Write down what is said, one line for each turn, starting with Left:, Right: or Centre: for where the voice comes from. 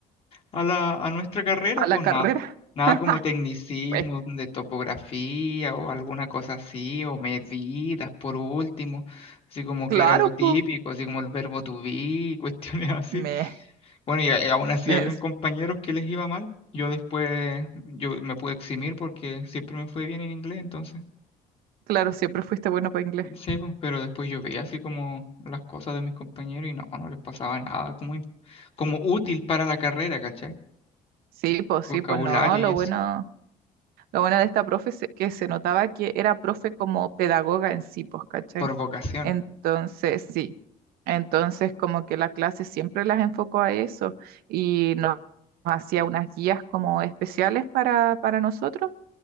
Left: a la, a nuestra carrera,
Right: A
Left: pues
Right: la carrera.
Left: nada, nada
Right: <laughs>
Left: como tecnicismos
Right: Pues
Left: de topografía o alguna cosa así, o medidas por último, así como
Right: claro,
Left: que era lo típico,
Right: pues.
Left: así como el verbo to be, <laughs> y cuestiones así.
Right: Me.
Left: Bueno, y, a- y aún así
Right: les-
Left: habían compañeros que les iba mal. Yo después, yo me pude eximir porque siempre me fue bien en inglés, entonces,
Right: Claro, siempre fuiste bueno para inglés.
Left: sí, pues, pero después yo veía así como las cosas de mis compañeros y no, no les pasaba nada como, im- como útil para la carrera, ¿cachai?
Right: Sí, pues
Left: Vocabulario
Right: sí, pues no, lo
Left: y eso,
Right: bueno. Lo bueno de esta profe es que se notaba que era profe como pedagoga en sí, pues, ¿cachai?
Left: por vocación.
Right: Entonces, sí. Entonces, como que la clase siempre las enfocó a eso y nos hacía unas guías como especiales para, para nosotros